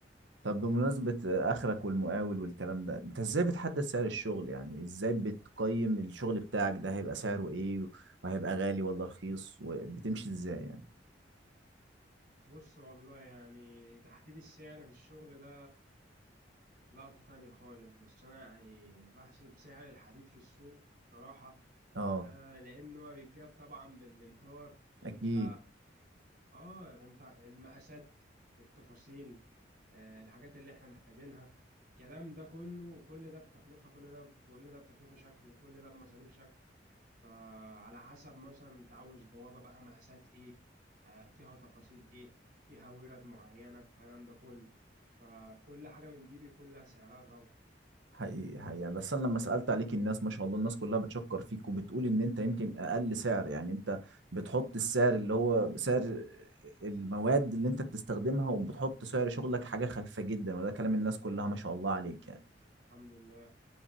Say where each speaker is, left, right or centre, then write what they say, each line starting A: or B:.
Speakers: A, on the right; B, on the right.
A: طب بمناسبة آه، اخرك والمقاول والكلام ده انت ازاي بتحدد سعر الشغل يعني ازاي بتقيم الشغل بتاعك ده هيبقى سعره ايه وهيبقى غالي ولا رخيص وبتمشي ازاي يعني
B: بص والله يعني تحديد السعر في الشغل ده لقطة تانية خالص بس انا يعني بحسب سعر الحديد في السوق بصراحة
A: اه
B: آه لأنه هو بيتجاب طبعا بالإمطار أنت
A: اكيد
B: آه أنت المقاسات التفاصيل آه الحاجات اللي إحنا محتاجينها الكلام ده كله كل ده بتكلفة كل ده كل ده بتكلفة شكل كل ده بمصاريف شكل فعلى حسب مثلا أنت عاوز بوابة بقى مقاسات إيه آه فيها تفاصيل إيه فيها ورد معينة الكلام ده كله فكل حاجة من دي بيكون لها سعرها طبعا
A: حقيقي حقيقي يعني بس انا لما سالت عليك الناس ما شاء الله الناس كلها بتشكر فيك وبتقول ان انت يمكن اقل سعر يعني انت بتحط السعر اللي هو سعر المواد اللي انت بتستخدمها وبتحط سعر شغلك حاجه خفيفه جدا وده كلام الناس كلها ما شاء الله عليك يعني
B: الحمد لله